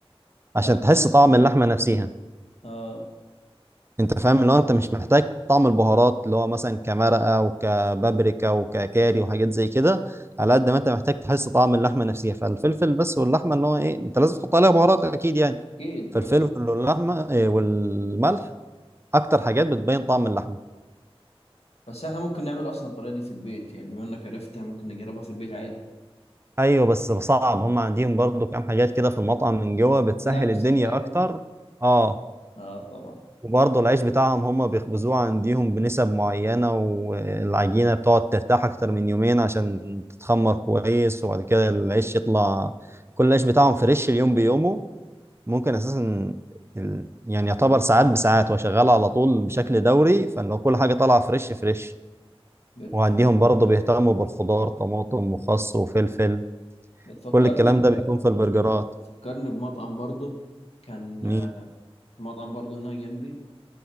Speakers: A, on the right; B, on the left.
A: عشان
B: ده احسن
A: تحس
B: كان
A: طعم
B: بالنسبه
A: اللحمه
B: لك
A: نفسها
B: اه
A: انت فاهم اللي هو انت مش محتاج طعم البهارات اللي هو مثلا كمرقه وكبابريكا وككاري وحاجات زي كده على قد ما انت محتاج تحس طعم اللحمه نفسها فالفلفل بس واللحمه اللي هو ايه انت لازم تحط عليها بهارات اكيد يعني
B: اكيد
A: فالفلفل
B: بس
A: واللحمه آه، والملح اكتر حاجات بتبين طعم اللحمه
B: بس احنا ممكن نعمل اصلا الطريقه دي في البيت يعني بما انك عرفتها ممكن نجربها في البيت عادي
A: ايوه بس صعب هم عندهم برضو كام حاجات كده في المطعم من جوه بتسهل
B: لمسه
A: الدنيا
B: فاهم
A: اكتر اه
B: اه طبعا
A: وبرضو العيش بتاعهم هم بيخبزوه عندهم بنسب معينة والعجينة بتقعد ترتاح اكتر من يومين عشان تتخمر كويس وبعد كده العيش يطلع كل العيش بتاعهم فريش اليوم بيومه ممكن اساسا ال- يعني يعتبر ساعات بساعات هو شغال على طول بشكل دوري فلو كل حاجة طالعة فريش فريش
B: بت...
A: وعندهم برضو بيهتموا بالخضار طماطم وخس وفلفل
B: بتفكرني
A: كل الكلام ده بيكون في البرجرات
B: بتفكرني بمطعم برضه كان
A: مين
B: آه، مطعم برضه هنا جنبي